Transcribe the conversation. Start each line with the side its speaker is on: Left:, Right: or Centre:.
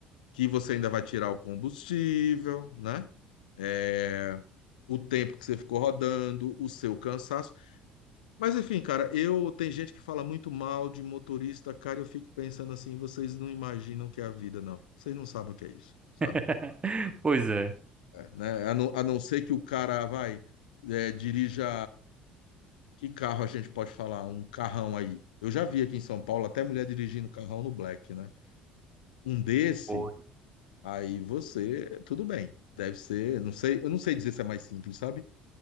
Left: que você ainda vai tirar o combustível, né? É, o tempo que você ficou rodando, o seu cansaço. Mas enfim, cara, eu tem gente que fala muito mal de motorista, cara, eu fico pensando assim, vocês não imaginam o que é a vida, não. Vocês não sabem o que é isso, sabe?
Right: <laughs>
Left: É,
Right: Pois é.
Left: né? A não, a não ser que o cara vai, é, dirija. Que carro a gente pode falar? Um carrão aí. Eu já vi aqui em São Paulo até mulher dirigindo carrão no Black, né? Um desse,
Right: Pô,
Left: aí você, tudo bem. Deve ser, não sei, eu não sei dizer se é mais simples, sabe?